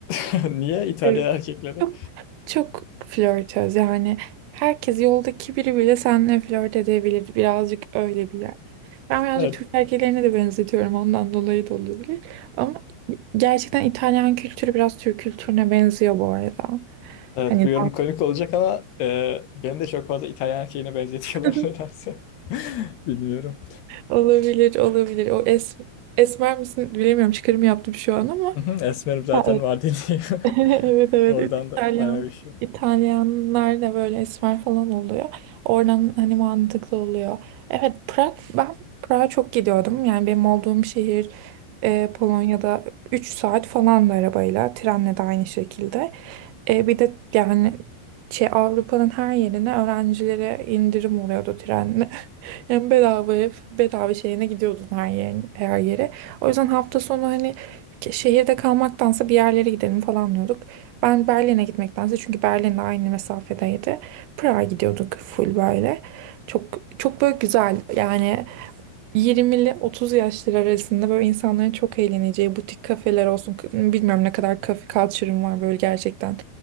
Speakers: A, on the left; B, on the right.
A: <laughs> Niye? İtalyan
B: Evet.
A: erkekleri.
B: Çok, çok flörtöz yani. Herkes yoldaki biri bile seninle flört edebilir. Birazcık öyle bir yer. Ben birazcık
A: Evet,
B: Türk erkeklerine de benzetiyorum. Ondan dolayı da olabilir. Ama gerçekten İtalyan kültürü biraz Türk kültürüne benziyor bu arada.
A: evet
B: Hani
A: bu yorum komik olacak ama e, beni de çok fazla İtalyan erkeğine benzetiyorlar
B: <laughs>
A: <laughs> nedense. <laughs> Bilmiyorum.
B: Olabilir, olabilir. O es esmer misin bilemiyorum. Çıkarım yaptım şu an ama.
A: Hı hı, Esmerim zaten
B: Ha, evet.
A: var dediğim.
B: <laughs>
A: <laughs>
B: Evet evet.
A: Oradan da
B: İtalyan,
A: bayağı üşüyor.
B: İtalyanlar da böyle esmer falan oluyor. Oradan hani mantıklı oluyor. Evet, Prag, ben Prag'a çok gidiyordum. Yani benim olduğum şehir e, Polonya'da 3 saat falan da arabayla, trenle de aynı şekilde. E, bir de yani şey Avrupa'nın her yerine öğrencilere indirim oluyordu trenle. Hem bedava ev, bedava şeyine gidiyordun her yerin, her yere. O yüzden hafta sonu hani ke- şehirde kalmaktansa bir yerlere gidelim falan diyorduk. Ben Berlin'e gitmektense çünkü Berlin'le aynı mesafedeydi. Prag'a gidiyorduk full böyle. Çok çok böyle güzel yani 20'li 30 yaşları arasında böyle insanların çok eğleneceği butik kafeler olsun. K- Bilmiyorum ne kadar kafe culture'ım var böyle gerçekten.